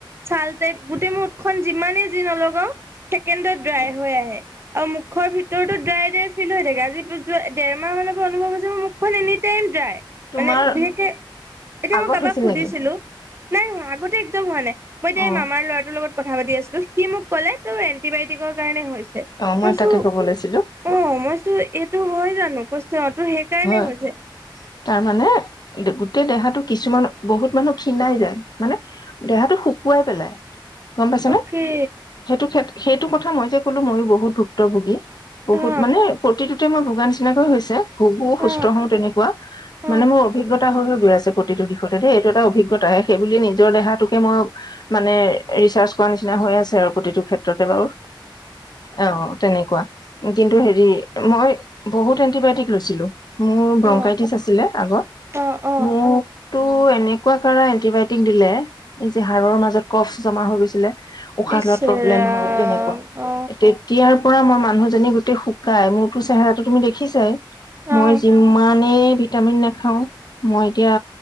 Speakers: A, on the right; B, on the left.
A: ছাল টাইপ, গোটেই মোৰ ওঠখন যিমানেই যি নলগাওঁ ছেকেণ্ডত ড্ৰাই হৈ আহে। অ' মুখৰ ভিতৰতো ড্ৰাই, ড্ৰাই ফিল হৈ থাকে আজি যোৱা ডেৰ মাহ মানত। অনুভৱ হৈছে মোৰ মুখখন এনি টাইম ড্ৰাই।
B: তোমাৰ
A: মানে বিশেষকে এতিয়া
B: আগত
A: মই কাৰোবাক
B: হৈছিল
A: সুধিছিলো।
B: নেকি
A: নাই হোৱা, আগতে একদম হোৱা নাই মই এতিয়া
B: অ
A: এই মামাৰ ল'ৰাটোৰ লগত কথা পাতি আছিলো সি মোক ক'লে তোৰ এণ্টিবায়টিকৰ কাৰণে হৈছিল।
B: অ
A: কৈছো
B: মই তাকে ক'ব লৈছিলো
A: অ' মই চো এইটো হয় জানো। অ তোৰ সেইকাৰণে
B: হয়,
A: হৈছে
B: তাৰমানানে গোটেই দেহাটো কিছুমানে বহুত মানুহ খিণাই যায় মানে দেহাটো শুকুৱাই পেলাই। গম পাইছ
A: অকে
B: নে সেইটো ক্ষেত্ৰত। সেইটো কথা মই যে ক'লো মইয়ো বহুত ভুক্তভোগী
A: অ
B: বহুত মানে প্ৰতিটো ত' মই ভোগা নিচিনাকৈ হৈছে। ভোগো- সুস্থ
A: অ
B: হওঁ তেনেকুৱা
A: অ
B: মানে মোৰ অভিজ্ঞতা হৈ গৈ আছে, প্ৰতিটো দিশতে দেই, এইটো এটা অভিজ্ঞতাহে সেইবুলিয়ে নিজৰ দেহাটোকে মই মানে ৰিচাৰ্্চ কৰা নিচিনা হৈ আছে আৰু। প্ৰতিটো ক্ষেত্ৰতে বাৰু অ', তেনেকুৱা। কিন্তু হেৰি মই বহুত এন্টিবায়টিক লৈছিলো। মোৰ ব্ৰংকাইটিচ
A: অ
B: আছিলে আগত
A: অ অ
B: মোকতো এনেকুৱা কাৰ এণ্টিবায়টিক দিলে এই যে হাড়ৰ মাজত কফ জমা হৈ গৈছিলে উশাহ
A: ইচ
B: লোৱাত প্ৰব্লেম
A: ৰাম
B: হয় তেনেকুৱা
A: অ
B: তেতিয়া পৰা মই মানুহজনী গোটেই শুকাই মোৰতো চেহেৰাটো তুমি দেখিছাই মই
A: অ অ
B: যিমানেই ভিটামিন নেখাও মই এতিয়া